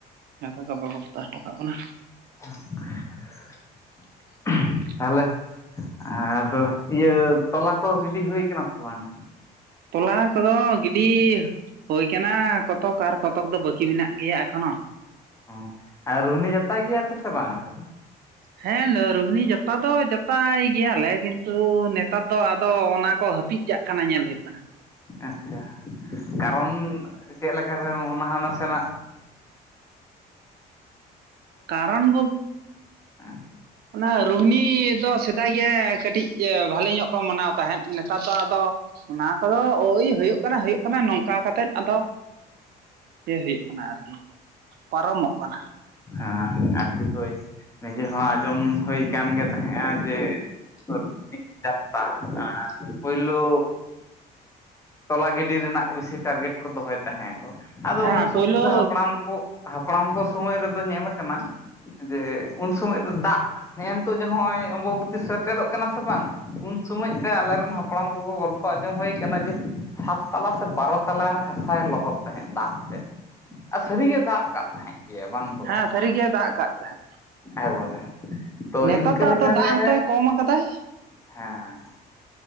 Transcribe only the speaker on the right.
ᱡᱷᱚᱛᱚ ᱠᱚ ᱵᱮᱵᱚᱥᱛᱷᱟ ᱦᱚᱴᱚ ᱠᱟᱜ ᱵᱚᱱᱟ᱾
<inaudible>
ᱛᱚᱞᱟ ᱠᱚᱫᱚ ᱜᱤᱰᱤ ᱦᱩᱭᱳᱭ ᱠᱟᱱᱟ ᱠᱚᱛᱚᱠ ᱟᱨ ᱠᱚᱛᱚᱠ ᱫᱚ ᱵᱟᱹᱠᱤ ᱢᱮᱱᱟᱜ ᱜᱮᱭᱟ ᱮᱠᱷᱚᱱᱚ
ᱦᱮᱸ ᱨᱩᱦᱱᱤ ᱡᱟᱛᱟ ᱫᱚ ᱡᱟᱛᱟᱭ ᱜᱮᱭᱟᱞᱮ ᱠᱤᱱᱛᱩ ᱱᱮᱛᱟᱨ ᱫᱚ ᱟᱫᱚ ᱚᱱᱟ ᱠᱚ ᱦᱟᱹᱯᱤᱜ ᱪᱟᱜ ᱠᱟᱱᱟ ᱧᱮᱞ ᱦᱩᱭᱩᱜ ᱠᱟᱱᱟ᱾
ᱠᱟᱨᱚᱱ ᱵᱚ
ᱚᱱᱟ ᱨᱩᱦᱤᱱᱤ ᱫᱚ ᱥᱮᱫᱟᱭ ᱜᱮ ᱠᱟᱹᱴᱤᱡ ᱮᱸ ᱵᱷᱟᱞᱤ ᱧᱚᱜ ᱠᱚ ᱢᱟᱱᱟᱣ ᱛᱟᱦᱮᱸᱫ ᱱᱮᱛᱟᱨ ᱫᱚ ᱟᱫᱚ ᱚᱱᱟ ᱠᱚᱫᱚ ᱳᱭ ᱦᱳᱭᱳᱜ ᱠᱟᱱᱟ ᱦᱳᱭᱳᱜ ᱠᱟᱱᱟ ᱱᱚᱝᱠᱟ ᱠᱟᱛᱮᱫ ᱟᱫᱚ ᱯᱮ ᱦᱳᱭᱳᱜ ᱠᱟᱱᱟ ᱟᱨᱠᱤ ᱯᱟᱨᱚᱢᱚᱜ ᱠᱟᱱᱟ
ᱦᱮᱸ
ᱯᱳᱭᱞᱳ
ᱦᱮᱸ
ᱥᱟᱹᱨᱤ ᱜᱮ ᱫᱟᱜ ᱠᱟᱜ ᱛᱟᱦᱮᱸᱫ
ᱱᱮᱛᱟᱨ
ᱫᱚ
ᱟᱫᱚ ᱫᱟᱜ ᱦᱚᱸᱛᱚᱭ ᱠᱚᱢ ᱠᱟᱫᱟᱭ